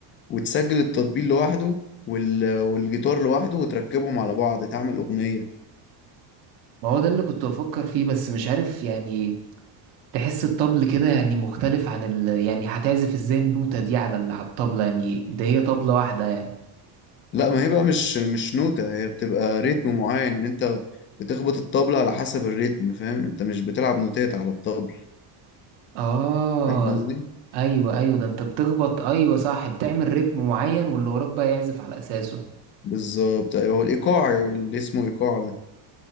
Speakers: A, on the left; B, on the right.
A: وتسجل التطبيق لوحده وال... والجيتار لوحده وتركبهم على بعض تعمل أغنية
B: ما هو ده اللي كنت بفكر فيه بس مش عارف يعني تحس الطبل كده يعني مختلف عن ال يعني هتعزف ازاي النوتة دي على ال- على الطبلة يعني ده هي طبلة واحدة يعني
A: لا ما هي بقى مش مش نوتة هي بتبقى ريتم معين يعني انت بتخبط الطبلة على حسب الريتم فاهم انت مش بتلعب نوتات على الطبل
B: اه
A: فاهم قصدي
B: ايوه ايوه ده انت بتخبط ايوه صح بتعمل رتم معين واللي وراك بقى يعزف على اساسه
A: بالظبط ايوه هو الإيقاع اللي اسمه إيقاع ده